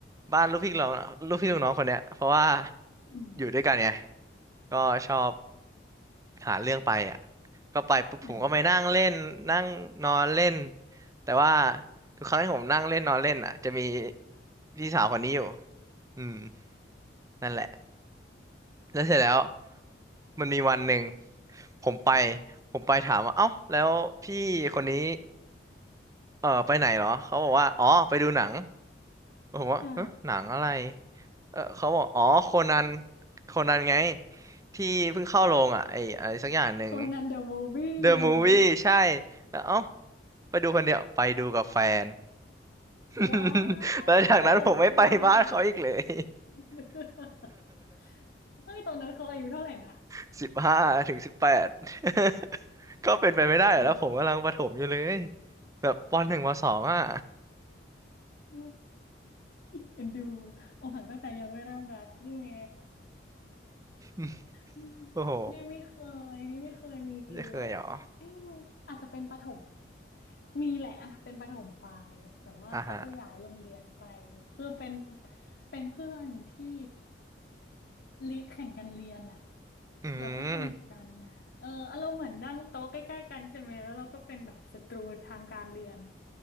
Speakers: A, on the right (about 15°); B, on the left (about 60°).
A: บ้านลูกพี่ลูกน้องลูกพี่ลูกน้องคนเนี้ยเพราะว่า
B: อืม
A: อยู่ด้วยกันไงก็ชอบหาเรื่องไปอ่ะก็ไปปุ๊บผมก็ไปนั่งเล่นนั่งนอนเล่น
B: อ่า
A: แต่ว่าทุกครั้งที่ผมนั่งเล่นนอนเล่นอ่ะจะมีพี่สาวคนนี้อยู่อืมนั่นแหละแล้วเสร็จแล้วมันมีวันหนึ่งผมไปผมไปถามว่าเอ้าแล้วพี่คนนี้เออไปไหนเหรอเขาบอกว่าอ๋อไปดูหนัง ผมว่าฮะหนังอะไร
B: อ่า
A: เออเขาบอกอ๋อโคนันโคนันไงที่เพิ่งเข้าโรงอ่ะไอ้อะไรสักอย่างหนึ่ง
B: โคนันเดอะมูฟวี่อะไรอย่างเงี้ยหรอ
A: The Movie ใช่แล้วเอ้าไปดูคนเดียวไปดูกับแฟน
B: <laughs> ว้า
A: <laughs> แล้วจากนั้นผมไม่ไปบ้านเขาอีกเลย
B: ยอกหัก <laughs> เฮ้ยตอนนั้นเขาอายุเท่าไหร่นะ
A: <laughs> สิบห้าถึงสิบแปด <laughs> ก็เป็นไปไม่ได้เหรอแล้วผมกำลังประถมอยู่เลย
B: เออ
A: แบบปหนึ่งปสองอ่ะ
B: อืมเอ็นดูอกหักตั้งแต่ยังไม่เริ่มรักไง
A: <laughs>
B: อืม
A: โอ้โห
B: นี่ไม่เคยนี่ไม่เคยมีไว้
A: ไม่เคยเหรอ
B: เอ๊ะอาจจะเป็นประถมมีแหละอะเป็นประถมปลายแต่ว่าเขาก็ย้ายโรงเรียนไป
A: อ่าฮะ
B: คือเป็นเป็นเพื่อนที่ ลิแข่งกันเรียนอ่ะ
A: อืม
B: เราก็สนิทกันน่ะเอออารมณ์เหมือนนั่งโต๊ะใกล้ๆกันใช่ไหมแล้วเราก็เป็นแบบศัตรูทางการเรียน